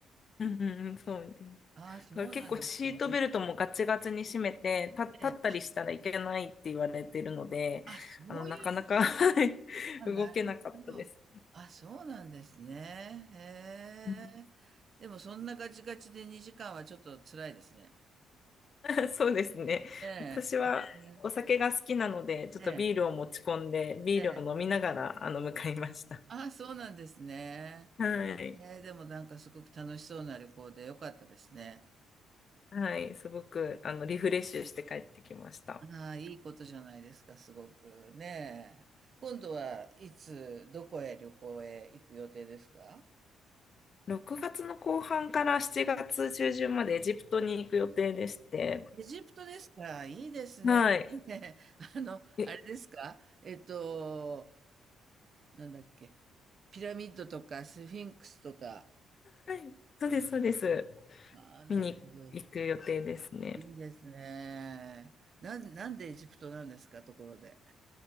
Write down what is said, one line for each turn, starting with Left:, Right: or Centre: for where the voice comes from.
Left: うんうんうん、そう。
Right: ああ、そうなんですね。
Left: これ結構シートベルトもガチガチに締めて、立立ったりしたらいけないって言われてるので、
Right: ええあ、そういう系
Left: あの、なかなか <laughs> はい動けなかったです。
Right: あ、なるほど。あ、そうなんですね。へえ。
Left: うん
Right: でもそんなガチガチで2時間はちょっと辛いですね。
Left: <laughs> そうですね。
Right: ええ。
Left: 私はお酒が好きなので、
Right: ええ。
Left: ちょっとビールを持ち込んで、
Right: ええ。
Left: ビールを飲みながら、
Right: ええ
Left: あの、向かいました。
Right: あ、そうなんですね。
Left: はい。
Right: ええ、でもなんかすごく楽しそうな旅行でよかったですね。
Left: はい。すごく、あの、リフレッシュして帰ってきました。
Right: ああ、いいことじゃないですか、すごくねえ。今度はいつ、どこへ旅行へ行く予定ですか
Left: 6月の後半から7月中旬までエジプトに行く予定でして、
Right: エジプトですかいいですね。
Left: はい。
Right: ねえあの、
Left: え
Right: あれですかえっと、なんだっけ。ピラミッドとかスフィンクスとか。
Left: はい。そうです、そうです。
Right: ああ、なるほど。
Left: 見に行く予定ですね。
Right: いいですね。なん、なんでエジプトなんですか、ところで。